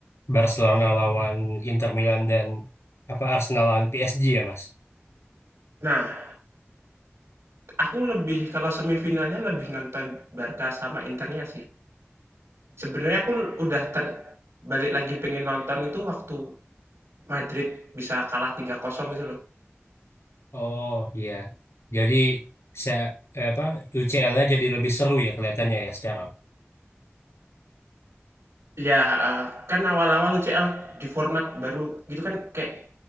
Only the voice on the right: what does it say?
Nah, aku lebih kalau semifinalnya lebih nonton Barca sama Internya sih. Sebenarnya aku udah ter balik lagi pengen nonton itu waktu Madrid bisa kalah tiga 0 gitu loh.
Ya heeh. Kan awal-awal UCL di format baru gitu kan kayak